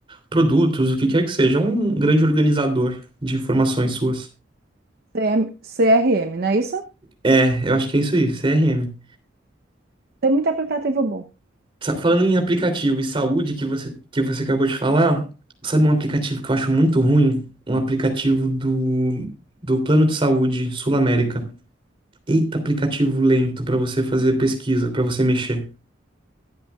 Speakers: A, on the right; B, on the right.
A: produtos, o que quer que seja. Um grande organizador de informações suas.
B: CM CRM, não é isso?
A: É, eu acho que é isso aí, CRM.
B: Tem muito aplicativo bom.
A: Sa- Falando em aplicativo e saúde que você, que você acabou de falar, sabe um aplicativo que eu acho muito ruim? Um aplicativo do, do Plano de Saúde Sul América. Eita, aplicativo lento pra você fazer pesquisa, pra você mexer.